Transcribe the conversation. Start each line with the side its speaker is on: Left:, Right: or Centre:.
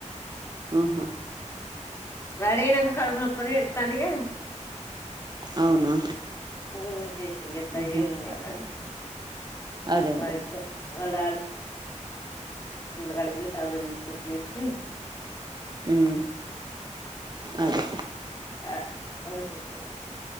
Right: ఆఓహ
Left: రడే నాకు కడుపు నొప్పనేే స్తాంతకా
Right: అవునా
Left: ఇంక ముంచేసింది ఎట్లా
Right: ఉహు,
Left: ఏమి కాలని
Right: అదే
Left: వయిట్ల
Right: అదే
Left: మళ్ళ మడి బసి తీసు
Right: ఉమ్ అదే
Left: ప <unintelligible>